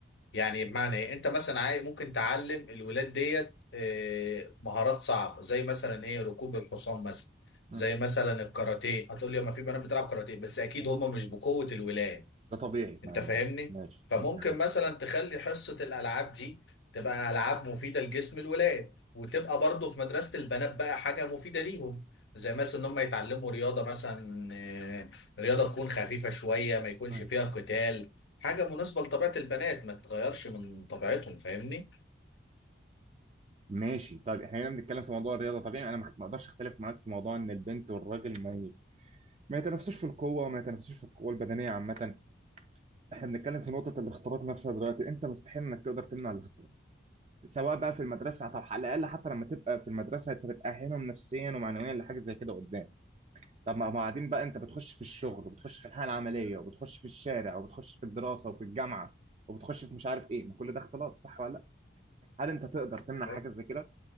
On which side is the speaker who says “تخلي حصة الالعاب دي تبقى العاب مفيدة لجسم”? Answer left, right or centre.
Left